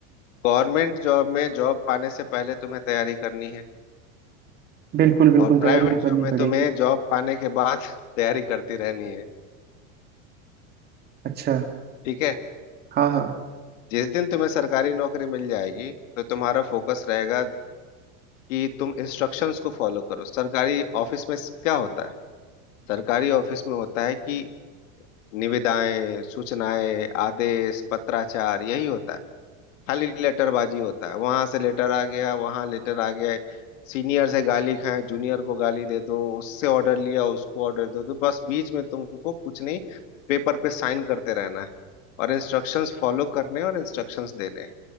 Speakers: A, on the left; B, on the right.
A: गवर्नमेंट जॉब में जॉब पाने से पहले तुम्हें तैयारी करनी है
B: बिल्कुल बिल्कुल
A: और
B: तैयारी
A: प्राइवेट
B: तो करनी
A: जॉब में
B: पड़ेगी
A: तुम्हें जॉब पाने के बाद <laughs> तैयारी करती रहनी है
B: अच्छा
A: ठीक है
B: हाँ हाँ
A: जिस दिन तुम्हें सरकारी नौकरी मिल जाएगी तो तुम्हारा फोकस रहेगा कि तुम इंस्ट्रक्शंस को फॉलो करो सरकारी ऑफिस में क्या होता है सरकारी ऑफिस में होता है कि निविदाएं सूचनाएं आदेश पत्राचार यही होता है खाली लेटरबाजी होता है वहां से लेटर आ गया वहां लेटर आ गया सीनियर से गाली खाए जूनियर को गाली दे दो उससे ऑर्डर लिया उसको ऑर्डर दे दो बस बीच में तुमको कुछ नहीं पेपर पे साइन करते रहना है और इंस्ट्रक्शंस फॉलो करने और इंस्ट्रक्शंस देने हैं।